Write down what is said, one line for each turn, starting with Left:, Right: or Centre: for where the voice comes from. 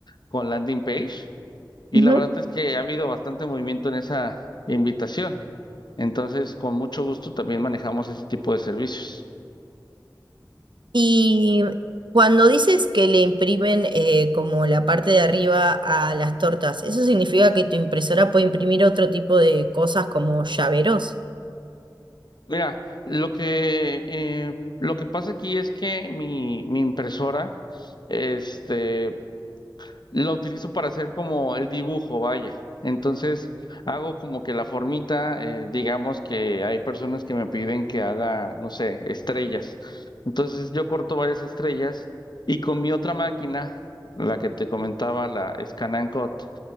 Left: con landing page. Y
Right: Ujú.
Left: la verdad es que ha habido bastante movimiento en esa invitación. Entonces, con mucho gusto también manejamos ese tipo de servicios.
Right: Y cuando dices que le imprimen eh, como la parte de arriba a las tortas, ¿eso significa que tu impresora puede imprimir otro tipo de cosas como llaveros?
Left: Mira, lo que, eh, lo que pasa aquí es que mi, mi impresora, este, lo utilizo para hacer como el dibujo, vaya. Entonces, hago como que la formita, eh, digamos que hay personas que me piden que haga, no sé, estrellas. Entonces, yo corto varias estrellas y con mi otra máquina, la que te comentaba, la Scan and Cut,